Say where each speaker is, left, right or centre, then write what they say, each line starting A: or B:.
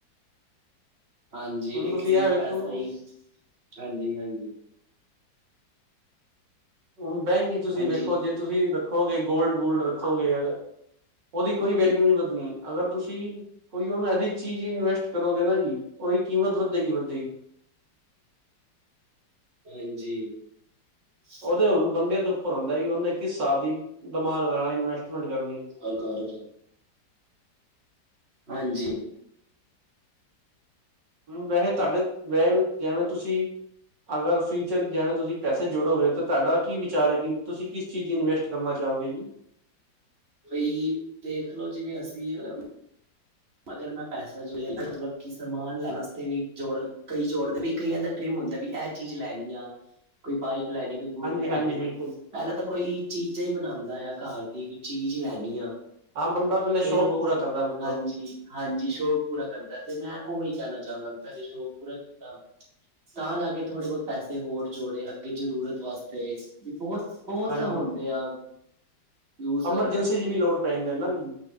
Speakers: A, on the right (about 35°); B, on the right (about 70°).
A: ਹਾਂਜੀ
B: ਹੁਣ
A: ਵੀ
B: ਤੁਸੀਂ
A: ਇਕ ਕਿਸਮ
B: ਇਹ
A: ਦਾ
B: ਵੇਖੋ
A: ਪੈਸਾ ਹੀ, ਹਾਂਜੀ ਹਾਂਜੀ।
B: ਹੁਣ ਬੈਂਕ ਹੀ ਤੁਸੀਂ
A: ਹਾਂਜੀ
B: ਵੇਖੋ, ਜੇ ਤੁਸੀਂ ਰੱਖੋਗੇ ਗੋਲਡ -ਗੁਲਡ ਰੱਖੋਗੇ ਅਗਰ ਉਹਦੀ ਕੋਈ ਵੈਲਿਊ ਨਹੀਂ ਵੱਧਣੀ, ਅਗਰ ਤੁਸੀਂ ਕੋਈ ਉਹਨੂੰ ਅਐਸੀ ਚੀਜ਼ ਇਨਵੈਸਟ ਕਰੋਗੇ ਨਾ ਜੀ, ਉਹਦੀ ਕੀਮਤ ਵੱਧੇਗੀ ਵੱਧੇਗੀ।
A: ਹਾਂਜੀ <unintelligible>
B: ਉਹਦੇ ਹੁਣ ਬੰਦੇ ਤੋਂ ਉੱਪਰ ਹੁੰਦਾ ਕਿ ਉਹਨੇ ਕਿਸ ਹਿਸਾਲ ਦੀ ਦਿਮਾਗ ਲੈਣਾ ਇਨਵੈਸਟਮੈਂਟ ਕਰਨੀ।
A: <unintelligible> ਰ ਹਾਂਜੀ।
B: ਹ ਵੈਸੇ ਤੁਹਾਡੇ ਵੈਸੇ ਵੀ ਜਿਵੇਂ ਤੁਸੀਂ ਅਗਰ ਫਿਊਚਰ ਜਿਵੇਂ ਤੁਸੀਂ ਪੈਸੇ ਜੋੜੋਗੇ ਤਾਂ ਤੁਹਾਡਾ ਕੀ ਵਿਚਾਰ ਹੈ ਕਿ ਤੁਸੀਂ ਕਿਸ ਚੀਜ ਇਨਵੈਸਟ ਕਰਨਾ ਚਾਹੋਗੇ ਜੀ
A: ਬਈ ਦੇਖਲੋ ਜਿਵੇਂ ਅਸੀਂ ਹੁਣ ਅਗਰ ਮੈ ਪੈਸਾ ਜੋੜਿਆ ਮਤਲਬ ਕਿ ਸਮਾਨ ਲੈਨ ਆਸਤੇ ਵੀ ਜੋੜ, ਕਈ ਜੋੜਦੇ ਕਈਆ ਦਾ ਡਰੀਮ ਹੁੰਦਾ ਵੀ ਐ ਚੀਜ ਲੈਨੀ ਆ, ਕੋਈ ਬਾਈਕ ਲੈਨੀ, ਕੋਈ ਬੁਲਟ
B: ਹਾਂਜੀ
A: ਲੈਨੀ
B: ਹਾਂਜੀ ਬਿਲਕੁਲ
A: ਆ ਪਹਿਲੇ ਤਾ ਕੋਈ ਚੀਜਾ ਈ ਬਣਾਂਦਾ ਆ ਕਾਰ ਦੀ ਕੋਈ ਚੀਜ ਲੈਨੀ ਆ।
B: ਹਾਂ, ਬੰਦਾ ਪੈਲੇ ਸ਼ੌਕ
A: ਫੇਰ ਉਹ
B: ਪੂਰਾ ਕਰਦਾ ਮਤਲਬ
A: ਹਾਂਜੀ ਹਾਂਜੀ, ਸ਼ੌਕ ਪੂਰਾ ਕਰਦਾ ਤੇ ਮੈਂ ਓਹੀ ਕਹਿਣਾ ਚਾਹਾਂਗਾ ਵੀ ਪੈਲੇ ਸ਼ੌਕ ਪੂਰਾ ਕੀਤਾ ਤਾ ਜਾ ਕੇ ਥੋੜੇ ਬੋਤ ਪੈਸੇ ਹੋਰ ਜੋੜੇ ਅੱਗੇ ਜਰੂਰਤ ਵਾਸਤੇ, ਵੀ ਬੋਤ ਬੋਤ
B: ਹਾਂਜੀ
A: ਹੁੰਦਿਆ ਯੂਸ
B: ਐਮਰਜੈਂਸੀ
A: ਕਰਨ ਵਾਸਤੇ,
B: ਚ ਵੀ ਲੋੜ ਪੈ ਜਾਂਦੇ ਨਾ ਜੀ